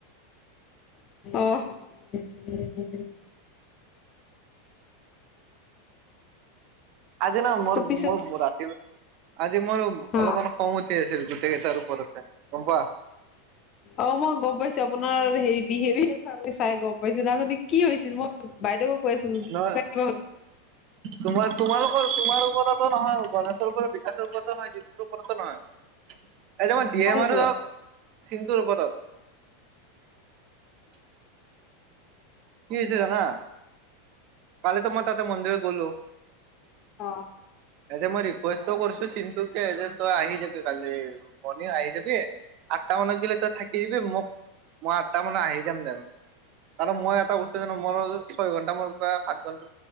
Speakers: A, on the left; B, on the right.
A: আহ <unintelligible>
B: আজি না মোৰ
A: পিছত
B: মোৰ ৰাতি আজি মোৰ অলপমান
A: অ
B: খং উঠি আছিলো গোটেই কেইটাৰ ওপৰতে গম পোৱা
A: অ মই গম পাইছো। আপোনাৰ হেৰি বিহেভিয়াৰ চ চাই গম পাইছো নাজান কি হৈছে মই বাইদেউকো কৈ আছিলোঁ
B: নহয়
A: কিবা
B: তোমাৰ তোমালোকৰ তোমাৰ ওপৰতো নহয় গণেশৰওপৰত বিকাশৰ ওপৰত নয় জিটোৰ ওপৰতো নহয়
A: <unintelligible>
B: এইটো মই দি
A: কাৰ
B: এম আৰু
A: ওপৰত?
B: চিনটোৰ ওপৰত কি হৈছে জানা কালি তো মই তাতে মন্দিৰত গলো
A: অ'
B: এ যে মই ৰিকুৱেষ্ট কৰিছো চিনন্তুকে যে তই আহি যাবি কালি মৰ্নিং আহি যাবি আঠটা মানত গ'লে তই থাকি দিবি মোক মই আঠটা মানে আহি যাম দোম কাৰ মই এটা বস্তু জানো মোৰ ছয় ঘন্টা মই পৰা সাত ঘণ্টা